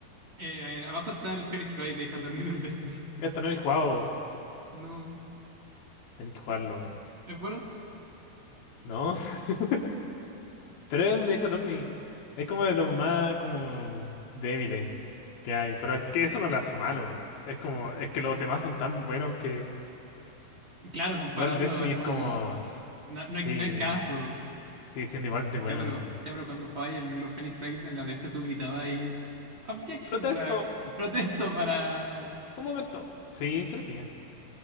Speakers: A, on the right; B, on the left.
A: eh, a ver, abajo está el Phoenix Wright de Saturn y del Destiny. <laughs>
B: Esto no lo he jugado,
A: No.
B: tenéis que jugarlo.
A: pero, ¿Es bueno?
B: No, <laughs> pero es un Ace Attorney. Es como de los más como débiles que hay. Pero es que eso no lo hace malo. Es como, es que los demás son tan buenos que
A: Claro, compararlo
B: Dual Destiny
A: es como.
B: es como, "Tss,
A: No, no
B: sí,
A: hay, no hay caso.
B: sigue siendo igual de bueno.
A: Ya, pero, ya, pero cuando jugabas los Phoenix Wright en la DS tú gritabas ahí. Objection
B: Protesto,
A: para. Protesto para.
B: un momento. Sí, sí lo sigue.